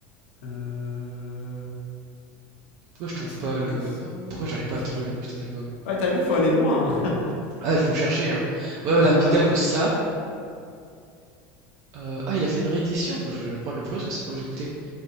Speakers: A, on the left (about 80°); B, on the right (about 55°).
A: Euh...
B: Pourquoi je
A: vingt-cinq
B: trouve pas le
A: décembre.
B: pourquoi j'arrive
A: Non,
B: pas à
A: ça,
B: trouver
A: je suis.
B: le putain d'album?
A: Ouais, t'as vu, faut aller loin. hein.
B: Ah, il faut chercher, hein.
A: J'ai
B: Ouais, voilà, Vidal-Ossa,
A: vraiment.
B: heu, ah, il a fait une réédition. Bah, je vais prendre le premier parce que c'est pour que j'écoutais.